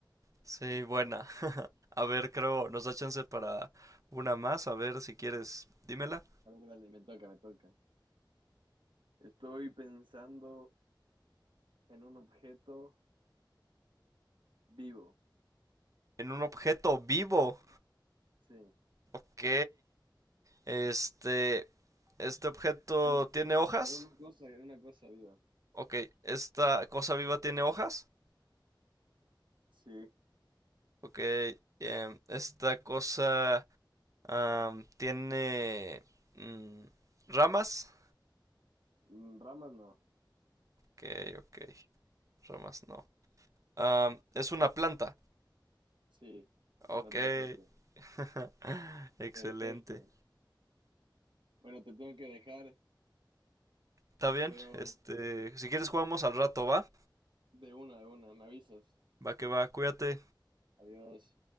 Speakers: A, on the right; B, on the right.
A: Sí, buena. A ver, creo, nos da chance para una más. A ver si quieres, dímela.
B: A ver, dale, me toca, me toca. Estoy pensando en un objeto vivo.
A: En un objeto vivo.
B: Sí.
A: Ok. Este. ¿Este objeto
B: En,
A: tiene hojas?
B: en una cosa, en una cosa viva.
A: Ok. ¿Esta cosa viva tiene hojas?
B: Sí.
A: Ok. em, ¿esta cosa am, tiene mm, ramas?
B: Mm, Ramas no.
A: Ok, ok. Ramas no. Am, es una planta.
B: Sí.
A: Ok.
B: Una planta
A: <laughs>
B: de cuerpo.
A: Excelente.
B: Perfecto. Bueno, te tengo que dejar,
A: Está bien,
B: pero
A: este, si quieres jugamos al rato, ¿va?
B: de una, de una. Me avisas.
A: Va que va, cuídate.
B: Adiós.